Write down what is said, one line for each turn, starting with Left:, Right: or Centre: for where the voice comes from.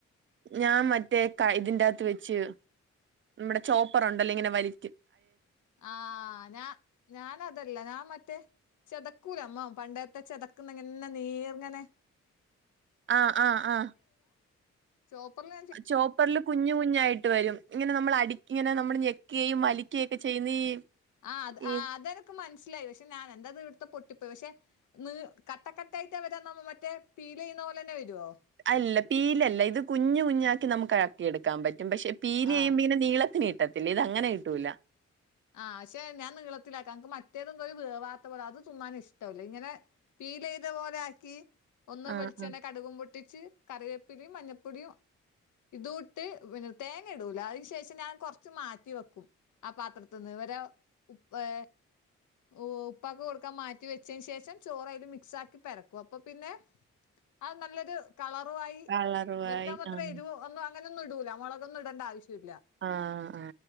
Right: ഞാൻ മറ്റേ ഇതിന്റെ അകത്ത് വെച്ച് നമ്മുടെ ചോപ്പറുണ്ടല്ലോ ഇങ്ങനെ വലി
Left: ആഹ് ഞാ ഞാൻ അതല്ല ഞാൻ മറ്റേ ചെതക്കൂല നമ്മ പണ്ടത്തെ ചെതക്കുന്നങ്ങന്നെ നീർങ്ങനെ
Right: ആഹ ആഹ ആഹ
Left: ചോപ്പർല്
Right: ചോപ്പർല് കുഞ്ഞ് കുഞ്ഞായിട്ട് വെരും ഇങ്ങനെ നമ്മള് അടിക്ക ഇങ്ങനെ നമ്മള് ഞെക്കെ വലിക്കെ ഒക്കെ ചെയ്യുന്ന ഈ
Left: ആഹ്
Right: ഈ
Left: അഹ് അത് എനിക്ക് മനസ്സിലായി പക്ഷെ ഞാൻ എന്താ ഇത് ഇവിടുത്തെ പൊട്ടിപ്പോയി പക്ഷെ ന്ന് കട്ടക്കട്ടായിട്ട വെരാ മറ്റേ പീല് ചെയ്യുന്ന പോലെ തന്നെ വെരോ?
Right: അല്ല പീലല്ല ഇത് കുഞ്ഞ് കുഞ്ഞാക്കി നമുക്ക് ‌ക്കി എടുക്കാൻ പറ്റും പക്ഷെ പീല്
Left: ആഹ്
Right: യുമ്പോ ഇങ്ങനെ നീളത്തില് കിട്ടത്തില്ലേ ഇത് അങ്ങനെ കിട്ടൂല
Left: ആഹ് പക്ഷെ ഞാൻ നീളത്തിലാക്ക അനക്ക് മറ്റേതെന്തോ ഒരു വേവാത്ത പോലെ അത് തിന്നാൻ ഇഷ്ടല്ല ഇങ്ങനെ പീലെയ്തെ പോലെ ആക്കി ഒന്ന്
Right: ആഹ്
Left: വെളിച്ചെണ്ണ,
Right: ആഹ്
Left: കടുകും പൊട്ടിച്ച് കറിവേപ്പിലിം, മഞ്ഞപ്പൊടിയും ഇത് ഇട്ട് പിന്നെ തേങ്ങ ഇടൂല അയ്ന് ശേഷം ഞാൻ കോർച്ച് മാറ്റി വെക്കും ആഹ് പാത്രത്തി ഇവരെ ഇപ്പേ ഓ ഉപ്പാക്ക് കൊടുക്കാൻ മാറ്റി വെച്ചതിന് ശേഷം ചോറ് അയ്ല് മിക്സാക്കി പെരക്കും അപ്പൊ പിന്നെ അഹ് നല്ലൊരു കളറു ആയി
Right: കളറ് വായി
Left: വിളിക്കാൻ മാത്രം
Right: ആഹ്
Left: എരിവും ഒന്നും അങ്ങനെന്നും ഇടൂല മോളകൊന്നും ഇടേണ്ട ആവശ്യല്ല
Right: ആഹ് അഹ്